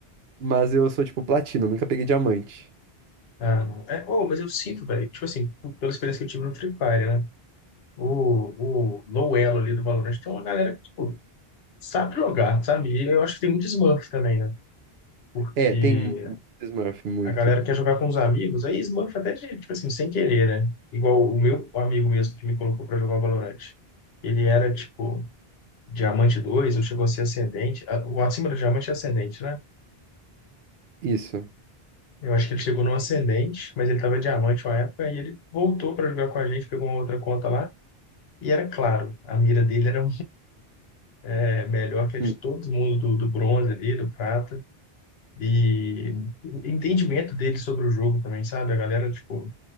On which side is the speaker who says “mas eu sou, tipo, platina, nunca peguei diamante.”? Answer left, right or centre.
Right